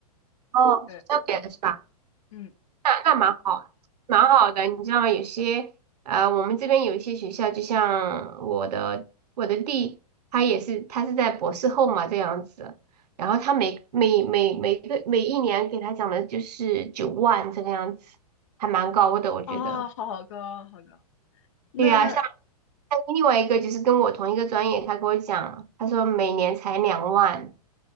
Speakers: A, on the right; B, on the left.
A: 哦，
B: 对，
A: 学校给的是吧？
B: 嗯，
A: 那那蛮好，蛮好的。你知道有些呃，我们这边有一些学校，就像我的我的弟，他也是他是在博士后嘛这样子，然后他每每每每个每一年给他讲的就是九万这个样子，还蛮高的我觉得。
B: 啊，好好高，好高。那
A: 对呀、像像另外一个就是跟我同一个专业，他跟我讲，他说每年才两万。